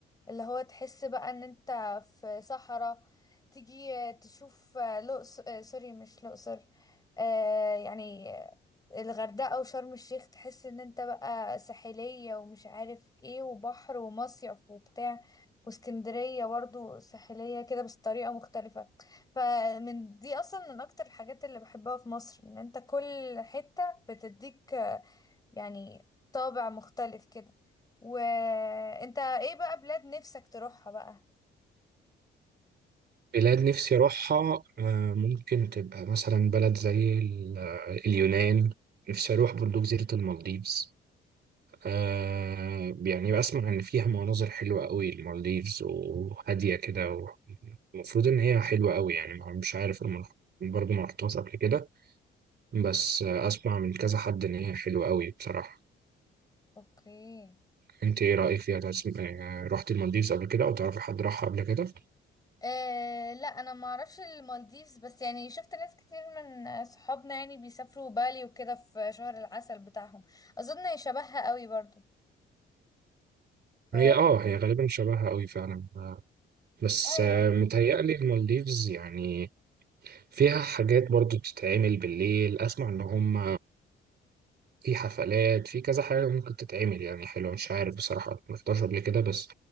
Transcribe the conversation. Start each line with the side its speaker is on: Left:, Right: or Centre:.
Left: اللي هو تحس بقى ان انت في صحراء تيجي تشوف لقص آه، سوري مش الأقصر آه يعني الغردقة وشرم الشيخ تحس ان انت بقى ساحلية ومش عارف ايه وبحر ومصيف وبتاع واسكندرية برضو ساحلية كده بس طريقة مختلفة فمن دي اصلا من اكتر الحاجات اللي بحبها في مصر ان انت كل حتة بتديك يعني طابع مختلف كده وانت ايه بقى بلاد نفسك تروحها بقى
Right: بلاد نفسي أروحها آه، ممكن تبقى مثلا بلد زي ال- اليونان نفسي أروح برضو جزيرة المالديفز آه، يعني بسمع إن فيها مناظر حلوة قوي المالديفز وهادية كده و- المفروض إن هي حلوة قوي يعني مش عارف أنا ما- برضو ما رحتهاش قبل كده بس آه، اسمع من كذا حد ان هي حلوه قوي بصراحه
Left: اوكي
Right: انت ايه رايك فيها تسم... آه، رحت المالديفز قبل كده او تعرفي حد راحها قبل كده
Left: آه لا انا ما اعرفش المالديفز بس يعني شفت ناس كتير من صحابنا يعني بيسافروا بالي وكده في شهر العسل بتاعهم اظن شبهها قوي برضو ف
Right: هي اه هي غالبا شبهها قوي فعلا بس
Left: اه
Right: آه، متهيألي المالديفز يعني فيها حاجات برضو بتتعمل بالليل اسمع ان هم في حفلات في كذا حاجه ممكن تتعمل يعني حلوه مش عارف بصراحه ما رحتهاش قبل كده بس